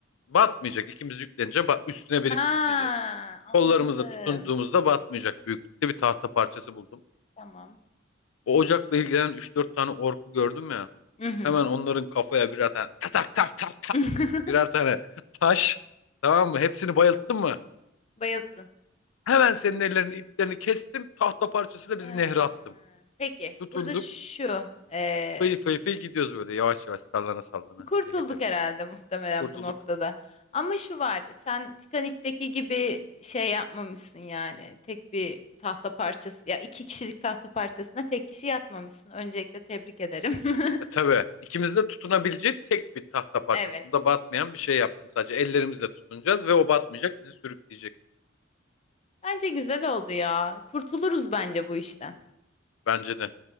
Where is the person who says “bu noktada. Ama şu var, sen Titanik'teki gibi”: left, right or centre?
Left